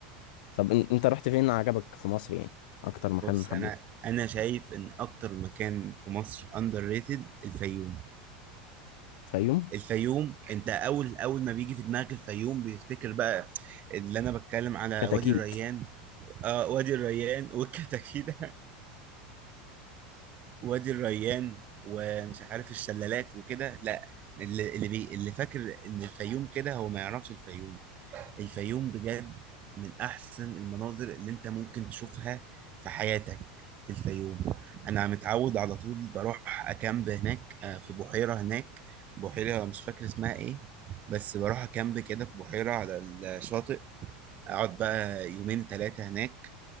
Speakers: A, on the left; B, on the right.
A: طب إن... انت رحت فين عجبك في مصر يعني اكتر مكان
B: بص
A: حبيته
B: انا انا شايف ان اكتر مكان في مصر اندر ريتد الفيوم
A: فيوم
B: الفيوم انت اول اول ما بيجي في دماغك الفيوم بيفتكر بقى اللي انا بتكلم على
A: كتاكيت
B: وادي الريان اه وادي الريان والكتاكيت <laughs> وادي الريان ومش عارف الشلالات وكده لا اللي اللي, بي اللي فاكر ان الفيوم كده هو ما يعرفش الفيوم الفيوم بجد من احسن المناظر اللي انت ممكن تشوفها في حياتك في الفيوم انا متعود على طول بروح اكامب هناك آه، في بحيرة هناك بحيرة مش فاكر اسمها ايه بس بروح اكامب كده في بحيرة على الشاطئ اقعد بقى يومين ثلاثة هناك